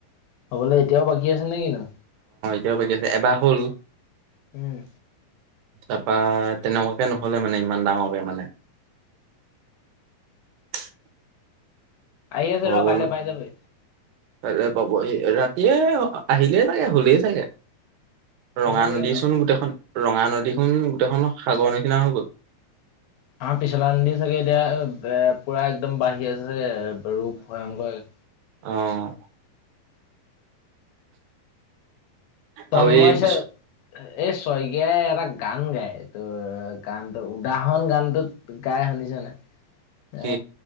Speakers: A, on the left; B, on the right.
A: হ'বলৈ এতিয়াও বাকী আছে নে কিনো
B: ক ব কি আছে এবাৰ হ'ল
A: উম
B: তাৰাপা তেনেকুৱাকে নহলে মানে ইমান ডাঙৰকে মানে। <inaudible>
A: আহি আছে
B: হবলো
A: ৰ কাইলৈ পাই যাবি।
B: তলে পাব ৰা এতি আহিলে চাগে হুলে চাগে ৰঙা
A: হ'লে চাগে
B: নদীচোন গোটেইখন ৰঙা নদীখনোন গোটেইখন সাগৰ নিচিনা হৈ গ'ল।
A: হ পিছলা নিদি চাগে এতিয়া এ পুৰা একদম বাঢ়ি আছে চাগে ৰূপ ভয়ংকৰ
B: আহ
A: তন্ময়
B: আৰু এই পিছ
A: হৈছে। এই শইকীয়াই এটা গান গায় এই তটো গানটো উদাহৰণ গানটোত গাই শুনিছ নে
B: কি
A: এ